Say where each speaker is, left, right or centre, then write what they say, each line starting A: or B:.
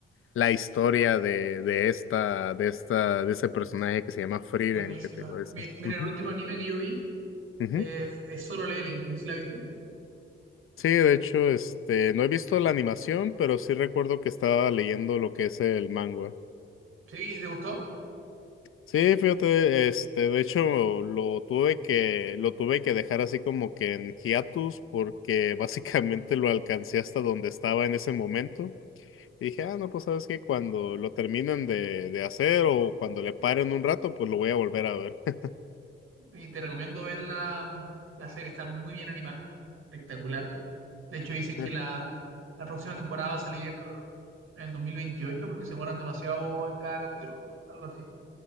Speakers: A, on the left; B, on the right.
A: la historia de, de esta, de esta, de ese personaje que se llama Frieren,
B: Buenísima.
A: que te digo, ese.
B: Mi- Mira,
A: Ujú,
B: el último anime que yo vi
A: ujú.
B: eh, es Solo Leveling, no sé si la viste.
A: Sí, de hecho, este, no he visto la animación, pero sí recuerdo que estaba leyendo lo que es el manga.
B: ¿Sí? ¿Te gustó?
A: Sí, fíjate, este, de hecho, lo tuve que, lo tuve que dejar así como que en hiatus, porque <laughs> básicamente lo alcancé hasta donde estaba en ese momento. Y dije, ah, no, pues sabes que cuando lo terminen de, de hacer o cuando le paren un rato, pues lo voy a volver a ver. <laughs>
B: Y te recomiendo ver la, la serie, está muy bien animada, espectacular. De hecho, dicen
A: Eh,
B: que la, la próxima temporada va a salir en el 2028 porque se demoran demasiado en cada capítulo, algo así.